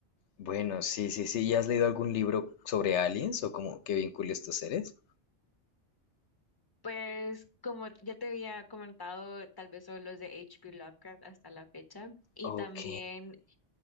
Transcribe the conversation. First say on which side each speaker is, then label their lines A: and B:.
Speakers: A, on the left (about 75°); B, on the left (about 20°).
A: Bueno, sí, sí, sí. ¿Y has leído algún libro sobre aliens o como que vincule estos seres?
B: Pues como ya te había comentado, tal vez son los de H.P. Lovecraft hasta la fecha. Y
A: Ok.
B: también